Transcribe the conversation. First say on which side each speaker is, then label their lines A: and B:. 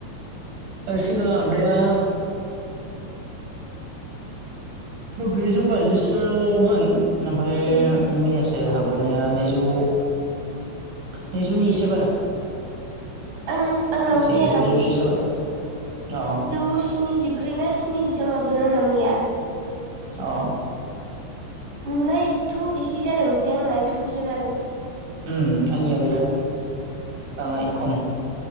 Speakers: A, on the right; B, on the right.
A: ए सिगां हाबनाया ब्रैजौ बाजिसो मोन। ओमफ्राय
B: ए
A: मैयासो हाबबावनाया नैजौ नैजौनि इसे बारा।
B: आं आंनाबो
A: गासै
B: मैया
A: दजौसो जाबाय अ
B: <unintelligible> ब्रै ना स्निजिथाम हाबदों आंना मैया
A: अ
B: नोंना एथ' इसि जादों ओमफ्राय आंना एथ' बुरजा जादों
A: अम आंनिया बिराट बाङाय खम